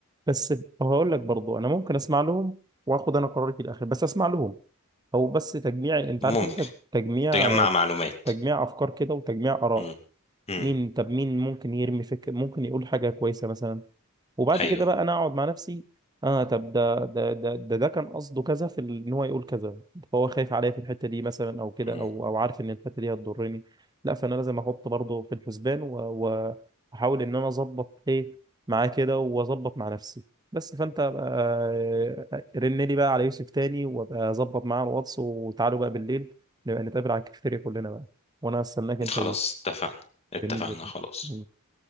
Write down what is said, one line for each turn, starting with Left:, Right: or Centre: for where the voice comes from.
Right: بس هقول لك برضو انا ممكن اسمع لهم واخد انا قراري في الاخر بس اسمع لهم او بس تجميع انت
Left: ممكن
Right: عارف انت تجميع
Left: تجمع معلومات
Right: تجميع افكار كده وتجميع اراء
Left: مم. مم.
Right: مين طب مين ممكن يرمي فكر ممكن يقول حاجه كويسه مثلا وبعد
Left: ايوه
Right: كده بقى انا اقعد مع نفسي اه طب ده ده ده ده, ده كان قصده كذا في ال- ان هو يقول كذا فهو خايف عليا في الحته دي مثلا او كده
Left: مم.
Right: او او عارف ان الحته دي هتضرني لا فانا لازم احط برضه في الحسبان و- واحاول ان انا اظبط ايه معاه كده واظبط مع نفسي بس فانت آه، رن لي بقى على يوسف تاني وابقى اظبط معاه الواتس وتعالوا بقى بالليل نبقى نتقابل على الكافيتيريا كلنا بقى وانا هستناك انت
Left: خلاص
Right: ويوسف
Left: اتفقنا اتفقنا
Right: جميل جدا
Left: خلاص